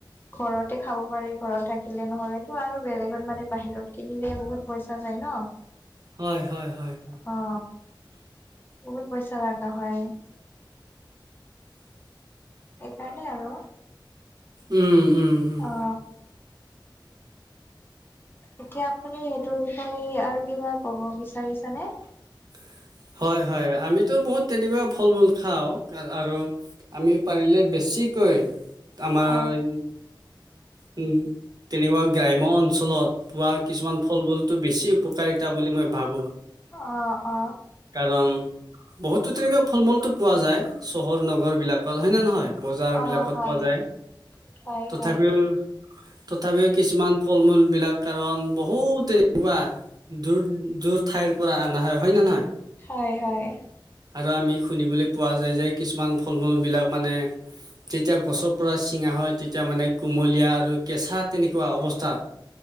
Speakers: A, on the left; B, on the right.
A: ঘৰতে খাব পাৰি ঘৰত থাকিলে নহলেতো আৰু বেলেগত মানে বাহিৰত কিনি বহুত পইচা যায়, ন।
B: হয়, হয়, হয়।
A: অ বহুত পইচা লাগা হয়। সেইকাৰণেই আৰু।
B: উম, উম, উম।
A: অ এতিয়া আপুনি সেইটোৰ বিষয়ে আৰু কিবা ক'ব বিচাৰিছানে?
B: <inaudible> হয়, হয়, আমিতো বহুত তেনেকুৱা ফল, মূল খাওঁ আৰু আমি পাৰিলে বেছি কি কয় আমাৰ
A: অ
B: উ, উ তেনেকুৱা গ্ৰাম্য অঞ্চলত পোৱা কিছুমান ফলবোৰতো বেছি উপকাৰিতা বুলি মই ভাবো।
A: অ'। অ
B: কাৰণ বহুতো তেনেকুৱা ফল মূলতটো পোৱা যায় চহৰ নগৰ বিলাকত হয়ে নে, নহয়? বজাৰ
A: অ
B: বিলাকত
A: হয়
B: পোৱা যায়।
A: হয়
B: তথাপিওঁ
A: হয়
B: তথাপিওঁ কিছুমান ফল-মূলবিলাক কাৰণ বহুত তেনেকুৱা দূৰ দূৰ ঠাইৰ পৰা অনা হয়। হয় না নহয়?
A: হয় হয়
B: আৰু আমি শুনিবলৈ পোৱা যায় যে কিছুমান ফল-মূলবিলাক মানে যেতিয়া গছৰ পৰা ছিঙা হয় তেতিয়া মানে কু কুমলীয়া আৰু কেঁচা তেনেকুৱা অৱস্থাত